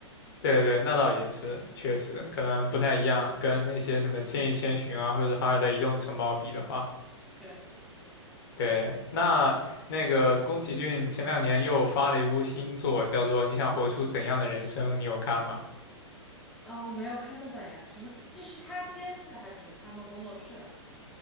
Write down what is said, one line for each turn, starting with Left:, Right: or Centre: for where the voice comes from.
Left: 对对，那倒也是，确实可能不太一样，跟那些什么《千与千寻》啊，或者《哈尔的移动城堡》比的话，
Centre: 对，
Left: 对，那那个宫崎骏前两年又发了一部新作，叫做《你想活出怎样的人生》，你有看吗？
Centre: 啊，我没有看那本呀，什么是？这是他监制的还是他们工作室的？